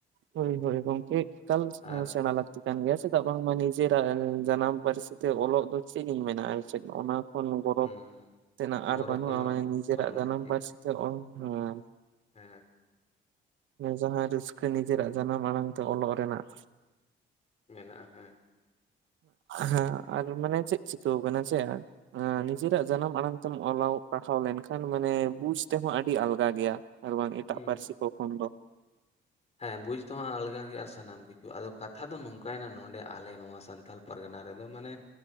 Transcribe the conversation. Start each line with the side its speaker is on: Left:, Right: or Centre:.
Right: ᱦᱳᱭ ᱦᱳᱭ ᱜᱚᱢᱠᱮ ᱮᱠᱟᱞ
Left: ᱟᱨ
Right: ᱜᱮ ᱥᱮᱸᱲᱟ ᱞᱟᱠᱛᱤ ᱠᱟᱱ ᱜᱮᱭᱟ ᱪᱮᱫᱟᱜ ᱵᱟᱝᱢᱟ ᱱᱤᱡᱮᱨᱟᱜ ᱡᱟᱱᱟᱢ ᱯᱟᱹᱨᱥᱤ ᱛᱮ ᱚᱞᱚᱜ ᱫᱚ ᱪᱮᱫ ᱤᱧ ᱢᱮᱱᱟ ᱟᱨ ᱪᱮᱫ ᱚᱱᱟ ᱜᱚᱨᱚᱵ
Left: ᱦᱩᱸ
Right: ᱛᱮᱱᱟᱜ ᱟᱨ
Left: ᱜᱚᱨᱚᱵᱽ
Right: ᱵᱟᱹᱱᱩᱜᱼᱟ
Left: ᱠᱳᱱᱳ
Right: ᱡᱮ ᱱᱤᱡᱮᱨᱟᱜ
Left: ᱵᱟᱹᱱᱩᱜᱼᱟ
Right: ᱡᱟᱱᱟᱢ
Left: ᱪᱮᱫ
Right: ᱯᱟᱹᱨᱥᱤ ᱛᱮ ᱚᱞ ᱦᱮᱸ
Left: ᱦᱮᱸ
Right: ᱡᱟᱦᱟᱸ ᱨᱟᱹᱥᱠᱟᱹ ᱱᱤᱡᱮᱨᱟᱜ ᱡᱟᱱᱟᱢ ᱟᱲᱟᱝ ᱛᱮ ᱚᱞᱚᱜ ᱨᱮᱱᱟᱜ
Left: ᱢᱮᱱᱟᱜᱼᱟ ᱦᱮᱸ
Right: ᱦᱮᱸ ᱟᱨ ᱢᱟᱱᱮ ᱪᱮᱫ ᱪᱤᱠᱟᱹᱣ ᱠᱟᱱᱟ ᱥᱮ ᱦᱮᱸ ᱱᱤᱡᱮᱨᱟᱜ ᱡᱟᱱᱟᱢ ᱟᱲᱟᱝ ᱛᱮᱢ ᱚᱞᱚᱜ ᱯᱟᱲᱦᱟᱣ ᱞᱮᱱᱠᱷᱟᱱ ᱢᱟᱱᱮ ᱵᱩᱡ ᱛᱮᱦᱚᱸ ᱟᱹᱰᱤ ᱟᱞᱜᱟ ᱜᱮᱭᱟ ᱟᱨ ᱵᱟᱝ ᱮᱴᱟᱜ
Left: ᱦᱩᱸ
Right: ᱯᱟᱹᱨᱥᱤ ᱠᱚ ᱠᱷᱚᱱ ᱫᱚ
Left: ᱦᱮᱸ ᱵᱩᱡᱽ ᱛᱮᱦᱚᱸ ᱟᱞᱜᱟ ᱜᱮᱭᱟ ᱥᱟᱱᱟᱢ ᱠᱤᱪᱷᱩ ᱟᱫᱚ ᱠᱟᱛᱷᱟ ᱫᱚ ᱱᱚᱝᱠᱟᱭᱱᱟ ᱱᱚᱰᱮ ᱟᱞᱮ ᱱᱚᱣᱟ ᱥᱟᱱᱛᱟᱞ ᱯᱟᱨᱜᱟᱱᱟ ᱨᱮᱫᱚ ᱢᱟᱱᱮ